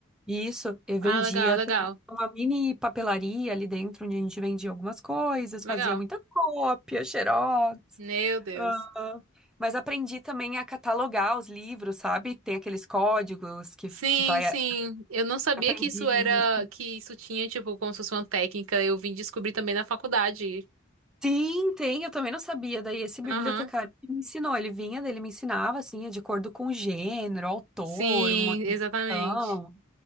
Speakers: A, in the centre; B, on the right (about 75°).
A: E Isso, eu
B: Ah,
A: vendia
B: legal, legal.
A: também uma mini papelaria ali dentro, onde a gente vendia algumas coisas,
B: Legal.
A: fazia muita cópia, xerox.
B: Meu Deus.
A: ah, Mas aprendi também a catalogar os livros, sabe? Tem aqueles códigos que,
B: Sim,
A: que vai.
B: sim. Eu não sabia
A: Aprendi
B: que isso era,
A: isso.
B: que isso tinha, tipo, como se fosse uma técnica. Eu vim descobrir também na faculdade.
A: Sim, tem, eu também não sabia. Daí esse bibliotecário
B: Aham.
A: que me ensinou. Ele vinha, daí ele me ensinava, assim, de acordo com o gênero, autor,
B: Sim,
A: uma edição.
B: exatamente.